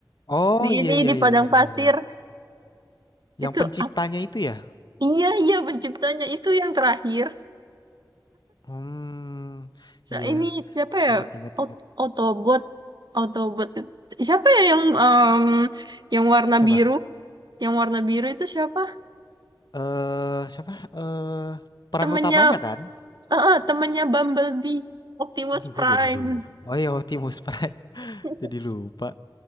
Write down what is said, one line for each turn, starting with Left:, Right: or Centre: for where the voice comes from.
Left: Oh
Right: di
Left: iya
Right: ini
Left: iya
Right: di
Left: iya
Right: padang
Left: iya.
Right: pasir
Left: iya. iya. Yang
Right: itu
Left: penciptanya
Right: ap-
Left: itu ya?
Right: iya iya penciptanya itu yang terakhir
Left: Hmm,
Right: Sa-
Left: iya,
Right: ini siapa ya
Left: ingat ingat
Right: Ot-
Left: ingat.
Right: Autobot Autobot siapa ya yang em, yang warna
Left: Siapa?
Right: biru yang warna biru itu siapa
Left: Eh, siapa? Eh, peran
Right: temennya
Left: utamanya kan?
Right: eh, eh, temennya Bumblebee Optimus
Left: Aduh, kok
Right: Prime
Left: jadi lupa. Oh iya, Optimus Prime. <laughs>
Right: <laughs>
Left: Jadi lupa.